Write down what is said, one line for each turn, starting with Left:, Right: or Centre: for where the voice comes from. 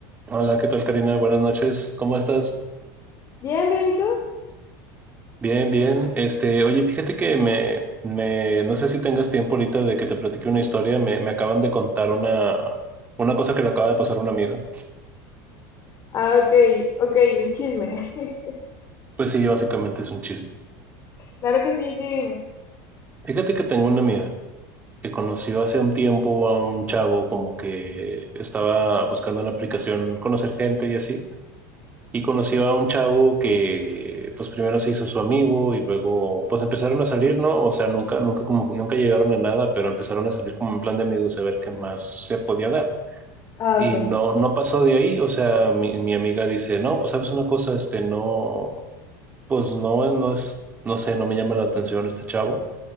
Right: Hola, ¿qué tal, Karina? Buenas noches. ¿Cómo estás?
Left: Bien, bien, ¿y tú?
Right: Bien, bien. Este, oye, fíjate que me, me, no sé si tengas tiempo ahorita de que te platique una historia. Me, me acaban de contar una, una cosa que le acaba de pasar a una amiga.
Left: Ah, ok, ok, un chisme. <laughs>
Right: Pues sí, básicamente es un chisme.
Left: Claro que sí, sí, dime.
Right: Fíjate que tengo una amiga que conoció hace un tiempo a un chavo como que estaba buscando una aplicación, conocer gente y así. y conoció a un chavo que pues primero se hizo su amigo y luego pues empezaron a salir, ¿no? O sea, nunca, nunca como nunca llegaron a nada, pero empezaron a salir como en plan de amigos a ver qué más se podía dar.
Left: Ah,
Right: Y
Left: ok,
Right: no, no pasó de ahí, o sea, mi, mi amiga dice, no, pues sabes una cosa, este, no, pues no, no es, no sé, no me llama la atención este chavo,